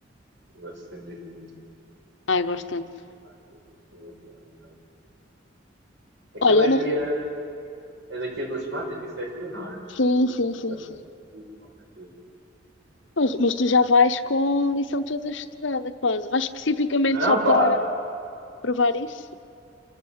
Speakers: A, on the right; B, on the left.
A: Que vai ser mesmo muito bom.
B: Ai, gosto tanto.
A: Epá, que pessoa que ela não- é. Aquilo
B: Olha, eu
A: é dia.
B: não...
A: É daqui a duas semanas, disseste tu, não é?
B: Sim, sim, sim,
A: Eu lembro,
B: sim.
A: eu digo qualquer coisa.
B: Pois, mas tu já vais com a lição toda estudada, quase. Vais especificamente
A: Não,
B: só para
A: pá.
B: provar isso?